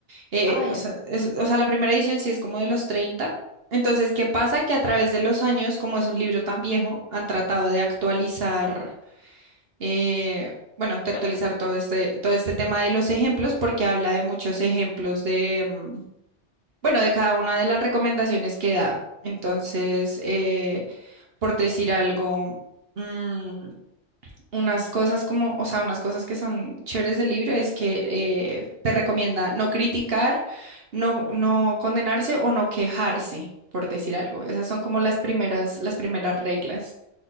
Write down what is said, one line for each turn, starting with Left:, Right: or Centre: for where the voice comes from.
Right: Eh,
Left: Ah,
Right: o
Left: ya,
Right: sea, es- o sea, la primera edición sí es como de los 30. Entonces, ¿qué pasa? Que a través de los años, como es un libro tan viejo, han tratado de actualizar, eh, bueno, de
Left: claro.
Right: actualizar todo este, todo este tema de los ejemplos, porque habla de muchos ejemplos de, mm, bueno, de cada una de las recomendaciones que da. Entonces, eh, por decir algo, mm, unas cosas como, o sea, unas cosas que son chéveres del libro es que eh, te recomienda no criticar, no, no condenarse o no quejarse, por decir algo. Esas son como las primeras, las primeras reglas.